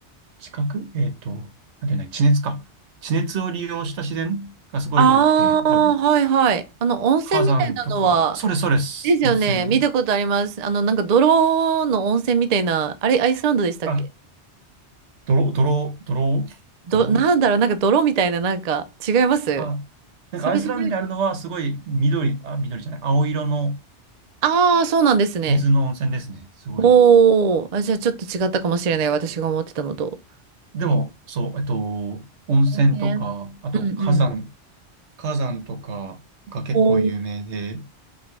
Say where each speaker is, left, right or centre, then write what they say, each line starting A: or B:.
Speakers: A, on the right (about 80°); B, on the right (about 45°).
A: 地殻えっと、なんていうんだ地熱か。地熱を利用した自然がすごい多くて、
B: ああ、
A: 例えば、
B: はいはい。あの、温泉みたいなのは、
A: 火山とか、それそれです。
B: ですよね。
A: 温泉。
B: 見たことあります。あの、なんか泥の温泉みたいな、あれ、アイスランドでしたっけ
A: あ、ドロ、ドロ、ドロ、
B: ど、
A: ドロン
B: なんだろう、なんか泥みたいな、なんか、違います
A: あ、なんかアイスランドにあるのはすごい緑、
B: それじゃない。
A: あ、緑じゃない、青色の
B: ああー、そうなんですね。
A: 水の温泉ですね。すごい。
B: おー、あ、じゃあちょっと違ったかもしれない。私が思ってたのと。
A: でも、そう、えっと、温泉とか、
B: 温泉うんうん。
A: あと火山、火山とかが結構有名で、
B: おー、